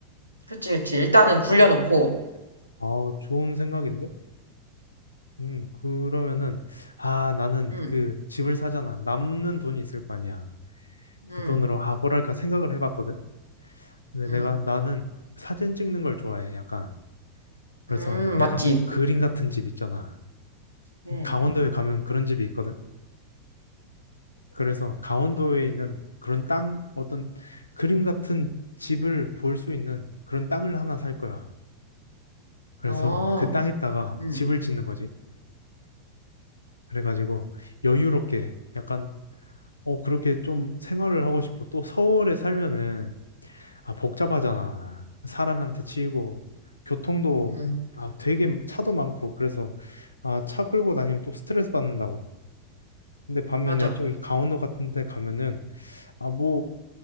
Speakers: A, on the right; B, on the left.
A: 그치, 그치. 일단은 굴려놓고,
B: 아, 좋은 생각인데? 음, 그러면은, 아, 나는
A: 음,
B: 그 집을 사잖아. 남는 돈이 있을 거 아니야.
A: 음,
B: 그 돈으로, 아, 뭐랄까 생각을 해봤거든? 근데
A: 음,
B: 내가 나는 사진 찍는 걸 좋아해. 약간 그래서
A: 음, 맞지.
B: 약간 그림 같은 집 있잖아.
A: 음,
B: 강원도에 가면 그런 집이 있거든. 그래서 강원도에 있는 그런 땅 어떤 그림 같은 집을 볼 수 있는 그런 땅을 하나 살 거야. 그래서
A: 어,
B: 그 땅에다가
A: 음,
B: 집을 짓는 거지. 그래가지고 여유롭게 약간 어 그렇게 좀 생활을 하고 싶어. 또 서울에 살면은 아, 복잡하잖아. 사람한테 치이고, 교통도,
A: 음,
B: 아, 되게 차도 많고, 그래서, 아, 차 끌고 다니면 또 스트레스 받는다고. 근데 반면에
A: 맞아.
B: 저기 강원도 같은 데 가면은, 아, 뭐,